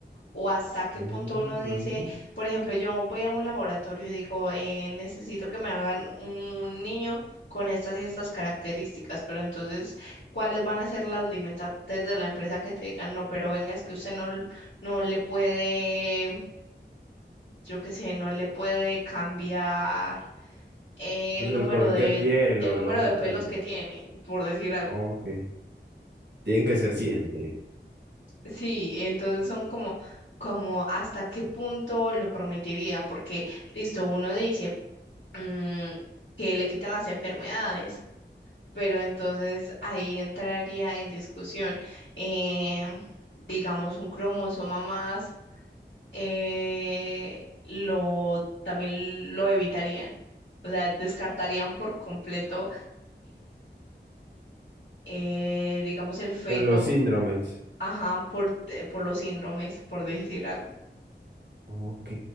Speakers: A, on the left; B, on the right.
A: O hasta qué punto
B: Ujú.
A: uno dice, por ejemplo, yo voy a un laboratorio y digo, eh, necesito que me hagan un niño con estas y estas características, pero entonces, ¿cuáles van a ser las limitantes de la empresa que te digan, no, pero venga, es que usted no, no le puede, yo qué sé, no le puede cambiar? el
B: Pues el
A: número
B: color
A: de,
B: de piel
A: el
B: o
A: número
B: lo...
A: de pelos
B: El...
A: que tiene, por decir algo.
B: Ok. Tienen que ser 100.
A: Sí, entonces son como, como hasta qué punto lo permitiría, porque listo, uno dice mm, que le quitan las enfermedades, pero entonces ahí entraría en discusión, eh, digamos, un cromosoma más, eh, lo también lo evitarían. O sea, descartarían por completo eh, digamos, el feto,
B: A Los síndromes.
A: ajá, por, te- por los síndromes, por decir algo.
B: Ok,